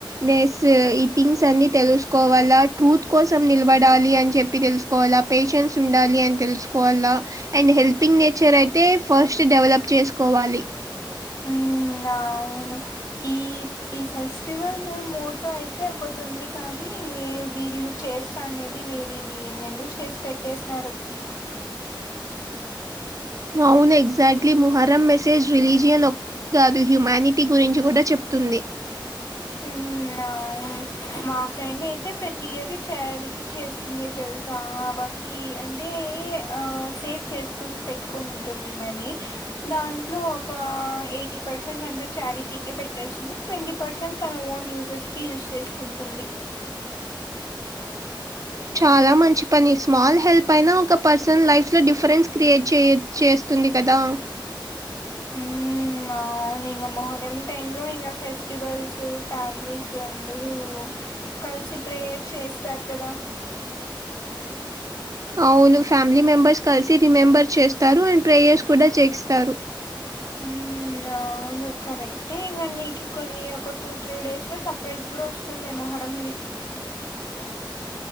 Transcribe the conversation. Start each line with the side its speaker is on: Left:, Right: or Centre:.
Right: నెసు ఈ థింగ్స్ అన్ని తెలుసుకోవల్ల ట్రూత్ కోసం నిలబడాలి అని చెప్పి తెల్స్ కోవాలా పేషెన్సి ఉండాలి అన్ తెలుసుకోవాలా అండ్ హెల్పింగ్ నేచర్ అయితే ఫస్ట్ డెవలప్ చేసుకోవాలి.
Left: ఉ అవును ఈ ఈ ఫెస్టివల్ మోటో అయితే ఒకటి ఉంది కానీ వీళ్ళు చేస్తాండేది వేరేది ఏందేందో చేసి పెట్టేసినారు
Right: అవును ఎగ్జాక్ట్లీ మొహరం మెసేజ్ రిలీజియన్ కాదు హ్యూమానిటీ గురించి కూడా చెప్తుంది
Left: ఉమ్మ్ మ్మ్ అవును మా ఫ్రెండ్ అయితే ప్రతి ఏడు చారిటీ చేస్తుంది తెలుసా బా కి అంటే ఆ సేవ్ చేసుకొని పెట్టుకొనింటుంది మనీ దాంట్లో ఒక ఎయిటీ పర్సెంట్ అంత చారిటీ‌కే పెట్టేస్తుంది ట్వంటీ పర్సెంట్ తన ఓన్ యూజెస్కి యూజ్ చేసుకుంటుంది
Right: చాలా మంచి పని స్మాల్ హెల్ప్ అయినా ఒక పర్సన్ లైఫ్‌లో డిఫరెన్స్ క్రియేట్ చేయ చేస్తుంది కదా
Left: ఉమ్మ్ అవును ఇంగా మొహరం టైంలో ఇంగ ఫెస్టివల్స్ ఫ్యామిలీస్ అందరూ కలిసి ప్రేయర్ చేస్తారు కదా
Right: అవును ఫ్యామిలీ మెంబెర్స్ కలిసి రిమెంబర్ చేస్తారు అండ్ ప్రేయర్స్ కూడా చేక్‌‌స్తారు
Left: ఉమ్మ్ అవును కరెక్టే ఇంగ నీకి కొన్ని ఒక టూ త్రీ డేస్‌లో సర్ప్రైజ్ కూడా వస్తుంది మొహరంది